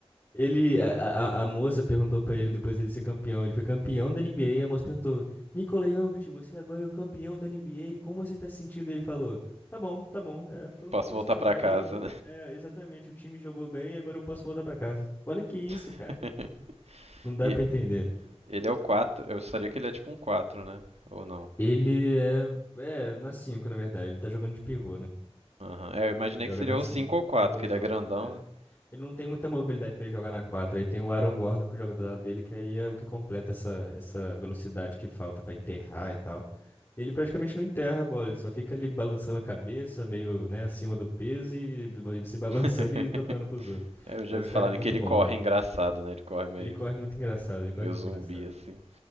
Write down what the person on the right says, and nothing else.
Posso
voltar
pra
casa,
<laughs>
E
ele é o 4? Eu gostaria que ele é tipo um 4, né? Ou não?
Aham. É, eu imaginei
que seria
o
5 ou 4,
que ele é grandão,
né?
<laughs>
É, eu já
vi falarem
que ele
corre engraçado, né? Ele corre meio,
meio
zumbi,
assim.